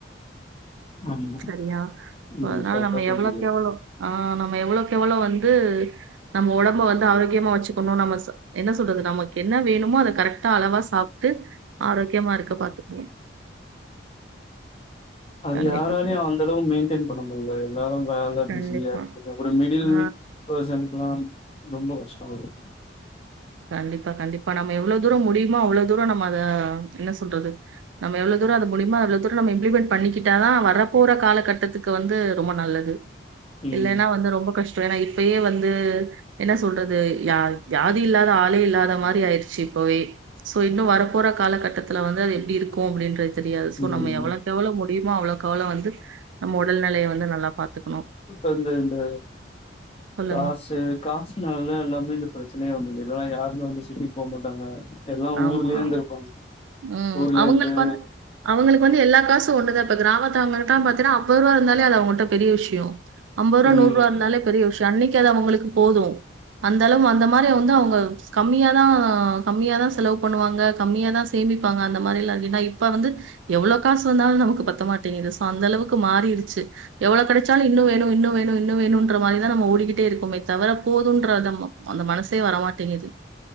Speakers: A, on the left; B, on the right.
A: ஆமா
B: சரியா சோ
A: ம்
B: அதுனால
A: கரெக்டா
B: நம்ம
A: சொல்றீங்க
B: எவ்வளோக்கெவ்வளோ ஆ நம்ம எவ்வளோக்கெவ்வளோ வந்து நம்ம ஒடம்ப வந்து ஆரோக்கியமா வச்சுக்கனு நம்ம ச என்ன சொல்றது நமக்கு என்ன வேணுமோ அத கரெக்டா அளவா சாப்ட்டு ஆரோக்யமா இருக்க பாத்துக்கணூ
A: அது
B: கண்டிப்பா,
A: யாராலயு
B: கண்
A: அந்த அளவு மெயின்டைன் பண்ண முடில எல்லாரு வேல
B: கண்டிப்பா.
A: பிசியா இருந்துட்டு ஒரு மிடில்
B: ஆ
A: பேர்சனுக்குலா ரொம்ப கஷ்டோ அது
B: கண்டிப்பா கண்டிப்பா நம்ம எவ்ளோ தூரோ முடியுமோ அவ்ளோ தூரோ நம்ம அத என்ன சொல்றது நம்ம எவ்ளோ தூரோ அத முடியுமோ அவ்ளோ தூரோ இம்ப்ளிமெண்ட் பண்ணிகிட்டாதா வரப்போற காலக்கட்டத்துக்கு வந்து ரொம்ப நல்லது
A: ம்
B: இல்லைனா வந்து ரொம்ப கஷ் டொ ஏனா இப்பையே வந்து என்ன சொல்றது ய வியாதி இல்லாத் த ஆளே இல்லாத மாரி ஆயிருச்சி இப்பவே சோ இன்னு வரப்போற காலக்கட்டத்துல வந்து அது எப்டி இருக்கூ அப்டின்றது தெரியாது சோ
A: ம்
B: நம்ம எவ்வளோக்கெவ்ளோ முடியுமோ அவ்வளோக் அவ்வளோ வந்து நம்ம ஒடல்நிலையை வந்து நல்லா பாத்துக்கணூ
A: இப்ப அந்த இந்த
B: சொல்லுங்க
A: காசூ காசுனால எல்லாமே இந்த பிரச்சனையே வந்தது இல்லனா யாருமே வந்து சிட்டிக் போ மாட்டாங்க எல்லா
B: ஆமா
A: ஊர்லயே இருந்துருப்பாங்க
B: ம்.
A: ஊர்லயே
B: அவங்களுக்கு
A: இருந்து
B: வந்து அவங்களுக்கு வந்து எல்லா காசூ ஒன்னுதா பெதர் இப்ப கிராமத்து அவுங்க இருக்காங் பாத்தினா அம்பது ரூவா இருந்தாலே அது அவங்கட்ட பெரிய விஷயோ அம்பது ருவா
A: ம்
B: நூற் ருவா இருந்தாலே பெரிய விஷயோ அன்னைக் அது அவங்களுக்கு போதூ அந்த அளவு அந்த மாரி வந்து அவங்க கம்மியாதா கம்மியாதா செலவு பண்ணுவாங்க கம்மியாதா சேமிப்பாங்க அந்த மாரி எல்லா இருந்திய்னா இப்ப வந்து எவ்வளோ காசு வந்தாலு நமக்கு பத்த மாட்டேங்குது சோ அந்தளவுக்கு மாறீருச்சி எவ்ளோ கெடைச்சாலூ இன்னு வேணூ இன்னு வேணூ இன்னு வேணுன்ற மாரிதா நம்ம ஓடிக்கிட்டே இருக்கோமே தவர போதுன்ற தம்ம அந்த மனசே வரமாட்டேங்குது